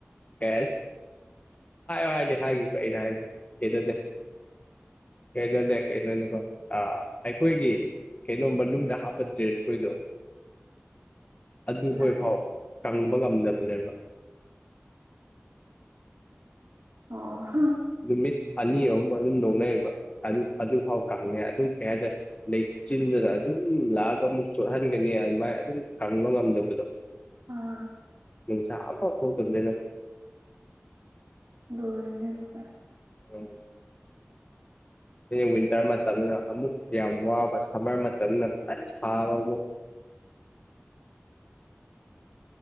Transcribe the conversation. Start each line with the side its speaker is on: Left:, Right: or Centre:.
Left: ꯀꯦ ꯍꯥꯏꯗꯤ ꯍꯥꯏꯈꯤꯕꯀꯣ ꯑꯩꯅ ꯍꯥꯏꯕ ꯀꯩꯅꯣꯅꯦ ꯀꯩꯅꯣꯅꯦ ꯀꯩꯅꯣꯅꯦꯀꯣ ꯑ ꯑꯩꯈꯣꯏꯒꯤ ꯀꯩꯅꯣ ꯃꯅꯨꯡꯗ ꯍꯥꯞꯄ ꯗ꯭ꯔꯦꯁꯈꯣꯏꯗꯣ ꯑꯗꯨꯈꯣꯏꯐꯥꯎ
Right: ꯂꯒꯦꯖ
Left: ꯉꯝꯗꯕꯅꯦꯕ
Right: ꯑꯣ
Left: ꯅꯨꯃꯤꯠ ꯑꯅꯤ ꯑꯍꯨꯝ ꯑꯗꯨꯝ ꯂꯧꯅꯩꯌꯦꯕ ꯑꯗꯨ ꯑꯗꯨꯐꯥꯎ ꯀꯪꯉꯩ ꯑꯗꯨꯝ ꯀꯌꯥ ꯂꯩ ꯆꯤꯟꯗꯨꯅ ꯑꯗꯨꯝ ꯂꯥꯛꯑꯒ ꯑꯃꯨꯛ ꯆꯣꯠꯍꯟꯒꯅꯤ ꯑꯗꯨꯃꯥꯏ ꯑꯗꯨꯝ ꯀꯪꯕ ꯉꯝꯗꯕꯗꯣ
Right: ꯑꯥ
Left: ꯅꯨꯡꯁꯥ ꯑꯝꯕꯥꯎ ꯊꯣꯡ ꯆꯗꯗ
Right: ꯗꯗꯤ ꯑꯗꯨꯗ
Left: ꯎꯝ ꯋꯤꯟꯇꯔ ꯃꯇꯝꯗ ꯑꯃꯨꯛ ꯌꯥꯝ ꯋꯥꯕ ꯁꯝꯃꯔ ꯃꯇꯝꯅꯖ ꯁꯥꯕ ꯑꯃꯨꯛ
Right: <inaudible>